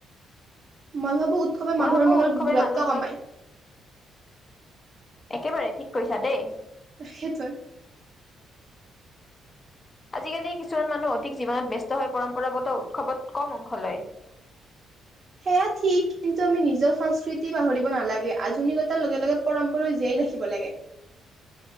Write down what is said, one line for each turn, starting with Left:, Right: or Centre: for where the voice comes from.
Right: মই ভাবো উৎসৱে
Left: মই
Right: মানুহৰ
Left: ভাবো
Right: মনত
Left: উৎসৱে
Right: দূৰত্ব
Left: মানুহৰ
Right: কমায়।
Left: একেবাৰে ঠিক কৈছা দেই।
Right: ক্ষেত্ৰত।
Left: আজিকালি কিছুমান মানুহ অধিক জীৱনত ব্যস্ত হৈ পৰম্পৰাগত উৎসৱত কম অংশ লয়।
Right: সেয়া ঠিক কিন্তু আমি নিজৰ সংস্কৃতি পাহৰিব নালাগে আধুনিকতাৰ লগে লগে পৰম্পৰাও জীয়াই ৰাখিব লাগে।